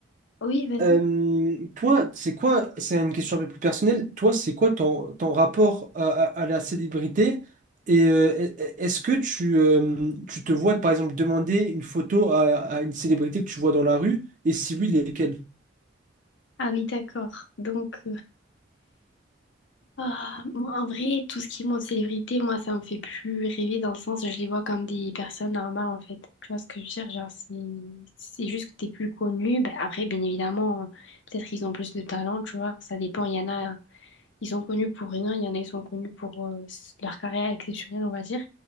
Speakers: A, on the left; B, on the right.
A: Oui, vas-y.
B: Euh, toi, c'est quoi, c'est une question un peu plus personnelle, toi, c'est quoi ton, ton rapport à, à- à la célébrité? Et euh, e- e- est-ce que tu, euh, tu te vois, par exemple, demander une photo à, à une célébrité que tu vois dans la rue? Et si oui, lesquelles?
A: Ah oui, d'accord. Donc. Ah, moi, en vrai, tout ce qui est monde célébrité, moi, ça me fait plus rêver dans le sens, je les vois comme des personnes normales, en fait. Tu vois ce que je veux dire? Genre, c'est, c'est juste que t'es plus connu. Ben, après, bien évidemment, peut-être qu'ils ont plus de talent, tu vois. Ça dépend. Il y en a, ils sont connus pour rien. Il y en a, ils sont connus pour euh, s- leur carrière exceptionnelle, on va dire.